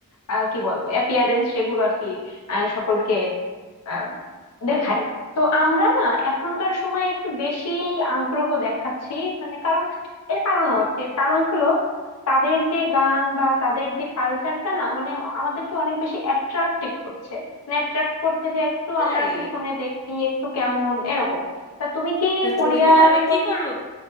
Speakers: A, on the left; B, on the left.
A: আহ, কি বলবো অ্যাপিয়ারেন্স সেগুলো আর কি আহ, সকলকে আহ, দেখায় তো আমরা না এখনকার সময় একটু বেশি আগ্রহ দেখাচ্ছি মানে কারণ এর কারণও আছে কারণ হলো তাদের যে গান বা তাদের যে কালচারটা না মানে আমাদেরকে অনেক বেশি অ্যাট্রাক্টিভ করছে মানে attract করছে যে একটু
B: তাই
A: আমরা একটু শুনে দেখি একটু কেমন এরকম তা তুমি কি কোরিয়ান
B: তুমি কি তাহলে
A: কোন
B: কি করো